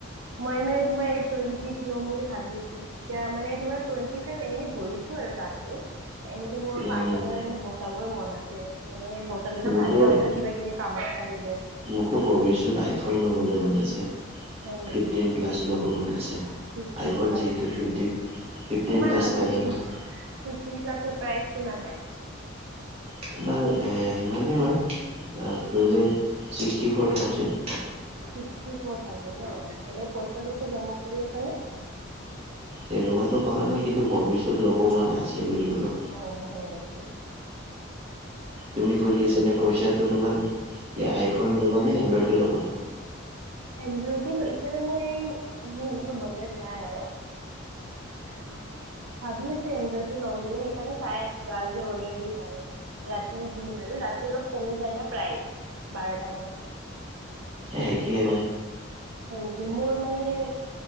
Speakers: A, on the right (about 80°); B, on the right (about 30°).
A: মই মে তোমাৰ টুৱেন্টিত লম বুলি ভাবি আছো ম, তমাৰ টুৱেন্টি ফ এনে, ধো আৰু দামটো এনেইতো মোৰ
B: উম
A: পাঁচ হাজাৰ এনে বচাবই মন আছে। মানে বছৰতো
B: মোকো
A: ভালেই হয় ন, কিবা, কিবি কামত আহি যায়।
B: মোকো ভৱিষ্যত আইফোন ল'বলৈ মন আছে
A: হয়
B: ফিফটিন
A: নেকি
B: প্লাছ ল'ব, ম, আছে।
A: ফিফটিন
B: আইফোন
A: প্লাছ
B: যিহেতু ফিফট ফিফটিন
A: কিমান
B: প্লাছ
A: হয়
B: থাকে
A: ফিফটিন
B: নহয়।
A: ফিফটিন ক্লাছৰ প্ৰাইজটো লা নে
B: তোমাৰ সিমানেই হয়, কি বোলে sixty four thousand
A: sixty four thousand ন, এনে পইচা চইচা জমা কৰি আছা নে?
B: তেনেকুৱাতো কৰা নাই কিন্তু ভৱিষ্যত ল'ব মন আছে। বুলি ক'লো
A: অ'।
B: তুমি কৰি আছা নে, পইচাটো তোমাৰ আইফোন ল'বা নে এনড্ৰইডে ল'বা?
A: এনডইড, এতিয়াতো মোৰ, মোৰ এনেকুৱা বাজেট নাই আৰু। ভাবিছোঁ এনড্ৰইটো ল'ম বুলি, সেইকাৰণে চাই আছিলোঁ আজি অৰ্ডাৰ দিম আৰু। ৰাতি দিম আৰু, ৰাতি অলপ কমি যায় না প্ৰাইজ বাৰটা মানত।
B: এই একেই হয়।
A: হয় নেকি, মোৰ মানে এ